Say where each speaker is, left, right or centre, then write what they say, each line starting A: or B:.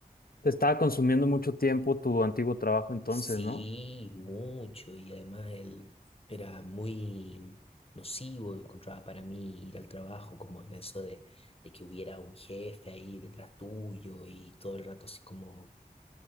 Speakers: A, on the left; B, on the left.
A: Te estaba consumiendo mucho tiempo tu antiguo trabajo entonces,
B: Sí,
A: ¿no?
B: mucho, y además él era muy nocivo, encontraba para mí ir al trabajo, como en eso de, de que hubiera un jefe ahí detrás tuyo y todo el rato así como